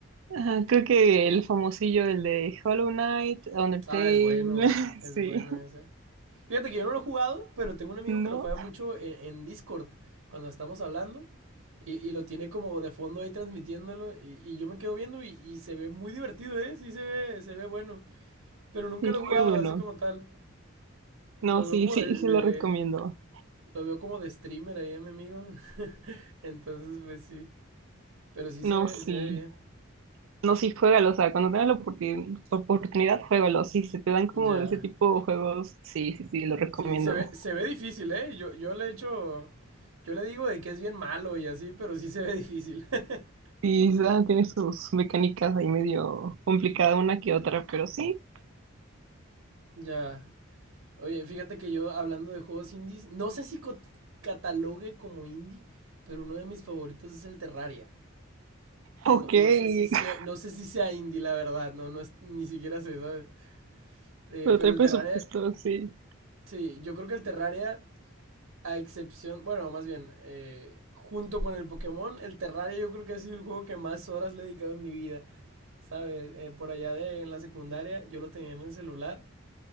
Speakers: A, on the right (about 70°); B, on the right (about 90°).
A: Ajá, creo que el famosillo, el de Hollow Knight, Undertale,
B: Ah, es bueno,
A: <laughs>
B: es
A: sí,
B: bueno ese. Fíjate que yo no lo he jugado, pero tengo un amigo
A: ¿no?
B: que lo juega mucho en, en Discord cuando estamos hablando y, y lo tiene como de fondo ahí transmitiéndolo y, y yo me quedo viendo y, y se ve muy divertido, ¿eh? Sí se ve, se ve bueno, pero nunca
A: Sí,
B: lo he jugado
A: muy bueno.
B: así como tal.
A: No,
B: Lo
A: sí,
B: veo como
A: sí,
B: de,
A: sí
B: de-
A: lo recomiendo.
B: lo veo como de streamer ahí a mi amigo, <laughs> entonces pues sí, pero sí se
A: No,
B: ve,
A: sí.
B: se ve bien.
A: No, sí, juégalo. O sea, cuando tengas la oportun- oportunidad, juégalo. Sí, se te dan como
B: Ya.
A: de ese tipo de juegos. Sí, sí, sí, lo recomiendo.
B: Sí, se ve, se ve difícil, ¿eh? Yo, yo le echo, yo le digo de que es bien malo y así, pero sí se ve difícil. <laughs>
A: Sí, esa tiene sus mecánicas ahí medio complicada una que otra, pero sí.
B: Ya. Oye, fíjate que yo hablando de juegos indies, no sé si co- catalogue como indie, pero uno de mis favoritos es el Terraria. Eh,
A: Ok,
B: No, no sé si sea,
A: <laughs>
B: no sé si sea indie, la verdad, no, no es, ni siquiera sé, ¿sabes? Eh,
A: pero
B: pero
A: trae
B: el
A: presupuesto,
B: Terraria,
A: sí.
B: sí, yo creo que el Terraria a excepción, bueno, más bien, eh, junto con el Pokémon, el Terraria yo creo que ha sido el juego que más horas le he dedicado en mi vida. ¿Sabes? Eh, por allá de, en la secundaria yo lo tenía en el celular